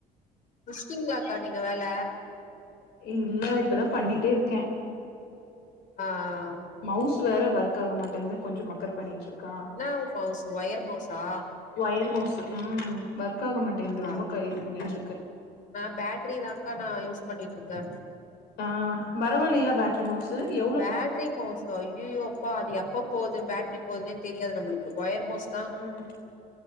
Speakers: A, on the left; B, on the left.
A: முஷ்டிங்களாக்கா நீங்க வேல
B: இல்ல இப்பதா பண்ணிட்டே இருக்கே
A: ஆஹ்
B: மவுஸ் வேற ஒர்க் ஆக மாட்டேந்த்து கொஞ்சோ மக்கர் பண்ணிட்டு ருக்கா
A: என்ன மவுசு ஒயர் மவுசா
B: ஒயர் மவுஸ் ம் ஒர்க் ஆக மாட்டேங்குது
A: ஆ
B: ரொம்ப க இது பண்ணிட்டு இருக்கு
A: நா பேட்ரிதாங்க்கா நா யூஸ் பண்ணிட்டு இருக்கே
B: ஆ பரவால்லயா பேட் ட்ரி மவுசு ஏ
A: பேட்ரி மோஸா ஐய்யயோ அப்பா அது எப்ப போது பேட்ரி போதுன்னே தெரியாது நம்மளுக்கு ஒயர் மோஸ்
B: ம்